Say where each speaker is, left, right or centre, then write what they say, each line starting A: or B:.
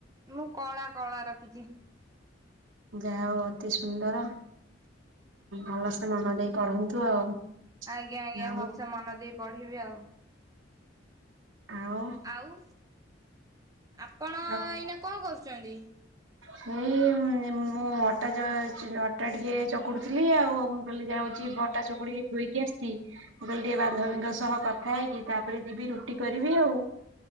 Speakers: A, on the right; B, on the right.
A: ମୁଁ କଳା, କଳା ରଖିଛି।
B: ଯାହା ହଉ ଅତି ସୁନ୍ଦର, ଭଲସେ ମନ ଦେଇ ପଢନ୍ତୁ ଆଉ।
A: ଆଜ୍ଞା ଆଜ୍ଞା
B: ଆଉ
A: ଭଲସେ ମନ ଦେଇ ପଢିବି ଆଉ।
B: ଆଉ।
A: ଆଉ ଆପଣ
B: ଆଉ
A: ଏଇନା କଣ କରୁଛନ୍ତି?
B: ସେଇ ମୁଁ ଅଟା ଯ ଅଟା ଟିକେ ଚକୁଡୁଥିଲି ଆଉ, ମୁଁ କହିଲି ଯାଉଛି ଅଟା ଚକୁଡିକି ଥୋଇକି ଆସିଛି। ମୁଁ କହିଲି ଟିକେ ବାନ୍ଧବୀଙ୍କ ସହ କଥା ହେଇକି, ତାପରେ ଯିବି ରୁଟି କରିବି ଆଉ।